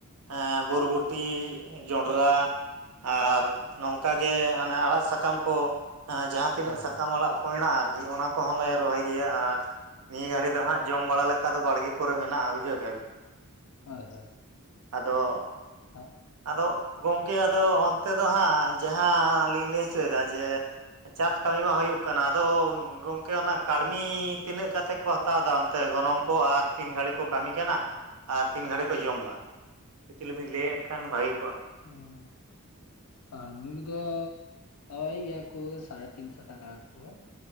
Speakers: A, on the right; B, on the left.
A: ᱦᱮᱸ ᱵᱳᱨᱵᱚᱴᱤ ᱡᱚᱸᱱᱰᱨᱟ᱾ ᱟᱨ ᱱᱚᱝᱠᱟ ᱜᱮ ᱦᱟᱱᱮ ᱟᱲᱟᱜ ᱥᱟᱠᱟᱢ ᱠᱚ ᱮᱸ ᱡᱟᱸ ᱛᱤᱱᱟᱹᱜ
B: ᱦᱳᱭ
A: ᱥᱟᱠᱟᱢ
B: ᱦᱳᱭ
A: ᱟᱲᱟᱜ ᱠᱚ ᱦᱮᱱᱟᱜᱼᱟ ᱟᱨᱠᱤ ᱚᱱᱟ ᱠᱚᱦᱚᱸ ᱞᱮ ᱨᱚᱦᱚᱭ ᱜᱮᱭᱟ ᱟᱨ ᱱᱤᱭᱟᱹ ᱜᱷᱟᱹᱲᱤ ᱫᱚ ᱦᱟᱸᱜ ᱡᱚᱢ ᱵᱟᱲᱟ ᱞᱮ ᱠᱟ ᱫᱚ ᱵᱟᱲᱜᱮ ᱠᱚᱨᱮ ᱢᱮᱱᱟᱜᱼᱟ ᱵᱩᱡᱷᱟᱹᱣ ᱠᱮᱼᱟ ᱵᱤᱱ᱾
B: ᱦᱳᱭ ᱦᱳᱭ᱾
A: ᱟᱫᱚ᱾
B: ᱦᱚᱸᱜ᱾
A: ᱟᱫᱚ ᱜᱚᱝᱠᱮ ᱟᱫᱚ ᱚᱱᱛᱮ ᱫᱚ ᱦᱟᱸᱜ ᱡᱟᱦᱟᱸ ᱞᱤᱧ ᱞᱟᱹᱭ ᱪᱚᱭᱫᱟ ᱡᱮ ᱪᱟᱥ ᱠᱟᱹᱢᱤ ᱢᱟ ᱦᱩᱭᱩᱜ ᱠᱟᱱᱟ ᱟᱫᱚ ᱜᱚᱝᱠᱮ ᱚᱱᱟ ᱠᱟᱹᱲᱢᱤ ᱛᱤᱱᱟᱹᱜ ᱠᱟᱛᱮ ᱠᱚ ᱦᱟᱛᱟᱣ ᱫᱟ ᱚᱱᱛᱮ ᱜᱚᱱᱚᱝ ᱠᱚ? ᱟᱨ ᱛᱤᱱ ᱜᱷᱟᱹᱲᱤ ᱠᱚ ᱠᱟᱹᱢᱤ ᱠᱟᱱᱟ? ᱟᱨ ᱛᱤᱱ ᱜᱷᱟᱹᱲᱤ ᱠᱚ ᱡᱚᱢ ᱫᱟ? ᱮᱠᱪᱚᱭᱞᱤ ᱵᱮᱱ ᱞᱟᱹᱭᱟ? ᱠᱷᱟᱱ ᱵᱷᱟᱹᱜᱮ ᱠᱚᱜᱼᱟ᱾
B: ᱦᱩᱸ᱾ ᱠᱟᱹᱲᱢᱤ ᱠᱩᱫᱚ <unintelligible> ᱜᱮᱭᱟ ᱠᱩ ᱥᱟᱲᱮ ᱛᱤᱱᱥᱚ ᱴᱟᱠᱟ ᱠᱚ